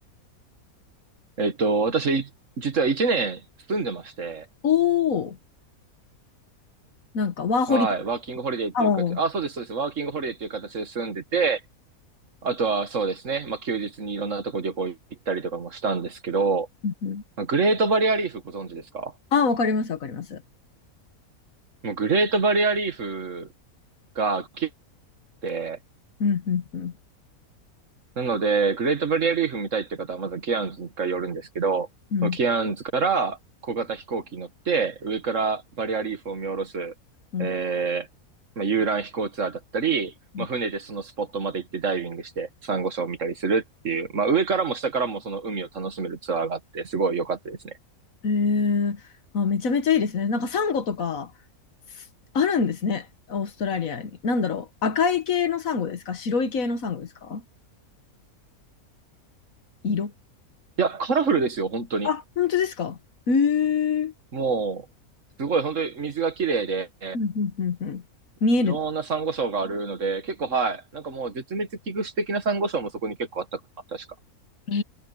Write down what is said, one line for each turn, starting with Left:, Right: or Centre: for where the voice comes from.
Right: えっと、私、実は1年住んでまして、
Left: おー、なんかワーホリとか。
Right: はい、ワーキングホリデーっていう形、
Left: あおー、
Right: あ、そうです、そうです、ワーキングホリデーっていう形で住んでて、あとはそうですね、まあ休日にいろんなとこ旅行行ったりとかもしたんですけど、
Left: うんうん
Right: グレートバリアリーフご存知ですか
Left: あ、わかります、わかります。
Right: もうグレートバリアリーフが来て、
Left: うん、うん、うん、
Right: なので、グレートバリアリーフ見たいって方は、まずケアンズに一回寄るんですけど、
Left: うん、
Right: そのケアンズから小型飛行機に乗って、上からバリアリーフを見下ろす、
Left: うん。
Right: えー、まあ、遊覧飛行ツアーだったり、
Left: うん
Right: まあ、船でそのスポットまで行ってダイビングして、サンゴ礁を見たりするっていう、まあ、上からも下からもその海を楽しめるツアーがあって、すごい良かったですね。
Left: へーあ、めちゃめちゃいいですね。なんかサンゴとか、あるんですね、オーストラリアに。なんだろう、赤い系のサンゴですか白い系のサンゴですか色。
Right: いや、カラフルですよ、本当に。
Left: あ、本当ですかへえ
Right: もう、すごい、本当に水が綺麗で、
Left: うんうんうんうん見える。
Right: いろんなサンゴ礁があるので、結構はい。なんかもう絶滅危惧種的なサンゴ礁もそこに結構あったかな、確か。
Left: へ